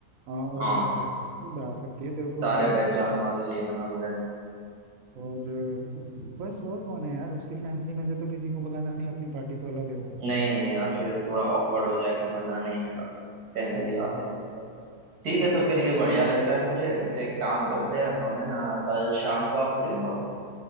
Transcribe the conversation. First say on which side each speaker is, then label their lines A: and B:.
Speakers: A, on the right; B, on the right.
A: आ, और
B: हाँ
A: ला सक ला सकती है तेरे को
B: सारे
A: मतलब
B: पहचान वाले ले आना बोले
A: और अ, बस और कौन है यार उसकी फैमिली में से तो किसी को बुलाना नहीं अपनी पार्टी तो अलग है वो
B: नहीं नहीं यार फिर थोड़ा ऑकवर्ड हो जाएगा मजा नहीं आएगा फैमिली
A: बस बस
B: आ जाएंगे तो ठीक है तो फिर ये बढ़िया लग रहा है मुझे तो एक काम करते हैं हम है ना कल शाम को आप फ्री हो